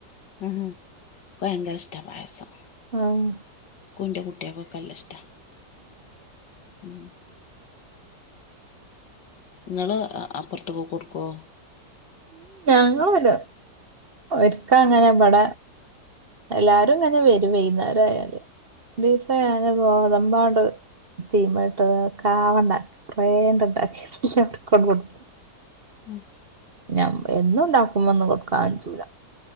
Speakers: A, on the left; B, on the right.
A: ഉം ക്ക് ഭയങ്കരഷ്ട പായസം
B: ആഹ
A: ന്റെ കുട്ട്യക്കൊക്കെ നല്ല ഇഷ്ട ഉം ങ്ങള് അപ്പുറത്ത്കൊക്കെ കൊടുക്കോ
B: ഉം ഞണ്ട്ള് വന്നെ ഓർക്കെ അങ്ങനെ ഇബട എല്ലാരും ഇങ്ങനെ വരും വൈന്നേരാന്നരായല് <unintelligible> ഗോതമ്പാണ്ട് തീമട്ട് കാവണ്ട കുറെേണ്ടണ്ട് ണ്ടാക്കാനറണ് എല്ലാത്ത കൊടുത്ത. കൊണ്ട് കൊടുത്ത്
A: ഉം
B: ഞാ എന്നും ഉണ്ടാക്കുമ്പോ ഒന്ന് കൊടുക്കാ കഞ്ചുല